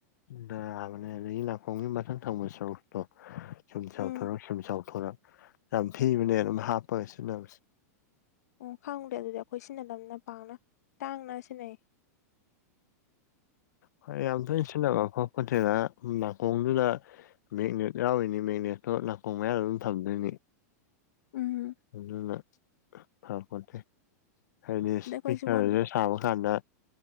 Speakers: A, on the left (about 85°); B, on the left (about 65°).
A: ꯅꯥꯕꯅꯦ ꯑꯗꯒꯤ ꯅꯥꯀꫭꯡꯒꯤ ꯃꯊꯛ ꯊꯪꯕ ꯁꯔꯨꯛꯇꯣ ꯁꯨꯝ ꯆꯥꯎꯊꯣꯔꯛ
B: ꯎꯝ
A: ꯁꯨꯝ ꯆꯥꯎꯊꯣꯔꯛ ꯌꯥꯝ ꯊꯤꯕꯅꯦ ꯑꯗꯨꯝ ꯍꯥꯞꯄꯒ ꯁꯤꯖꯤꯟꯅꯕꯁꯦ
B: ꯑꯣ ꯈꯪꯗꯦ ꯑꯗꯨꯗꯤ ꯑꯩꯈꯣꯏ ꯁꯤꯟꯅ ꯂꯝꯅ ꯄꯥꯡꯅ ꯇꯥꯡꯅ ꯁꯤꯟꯅꯩ
A: ꯍꯣꯏ ꯌꯥꯝ ꯇꯣꯏꯅ ꯁꯤꯕ ꯈꫭꯠꯄ ꯐꯥꯠꯇꯦꯅꯁꯨꯝ ꯅꯥꯀꯣꯡꯗꯨꯗ ꯃꯦꯒꯅꯦꯠ ꯌꯥꯎꯔꯤꯅꯤ ꯃꯦꯒꯅꯦꯠꯇꯣ ꯅꯥꯀꫭꯡ ꯃꯌꯥꯗ ꯑꯗꯨꯝ ꯊꯝꯗꯣꯏꯅꯤ
B: ꯎꯝ
A: ꯑꯗꯨꯅ ꯐ ꯈꯣꯠꯇꯦ ꯍꯥꯏꯗꯤ ꯏꯁꯄꯤꯀꯔꯁꯦ
B: ꯑꯗꯩ ꯑꯩꯈꯣꯏꯁꯨ ꯐꯣꯟ
A: ꯁꯥꯕ ꯀꯥꯟꯗ